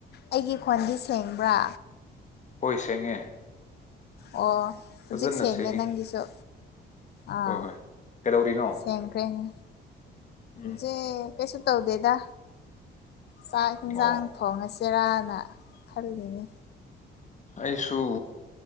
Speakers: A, on the left (about 55°); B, on the left (about 35°).
A: ꯑꯩꯒꯤ ꯈꯣꯟꯗꯤ ꯁꯦꯡꯕ꯭ꯔꯥ
B: ꯍꯣꯏ ꯁꯦꯡꯉꯦ
A: ꯑꯣ
B: ꯐꯖꯅ
A: ꯍꯧꯖꯤꯛ ꯁꯦꯡꯉꯦ
B: ꯁꯦꯡꯉꯤ
A: ꯅꯪꯒꯤꯁꯨ ꯑꯥ
B: ꯍꯣꯏ ꯍꯣꯏ ꯀꯩꯗꯧꯔꯤꯅꯣ
A: ꯁꯦꯡꯈ꯭ꯔꯦꯅꯦ
B: ꯎꯝ
A: ꯖ‌ꯦ ꯀꯩꯁꯨ ꯇꯧꯗꯦꯗ ꯆꯥꯛ ꯍꯤꯟꯖꯥꯡ
B: ꯑꯣ
A: ꯊꯣꯡꯉꯁꯤꯔꯥꯅ ꯈꯜꯂꯤꯅꯤ
B: ꯑꯩꯁꯨ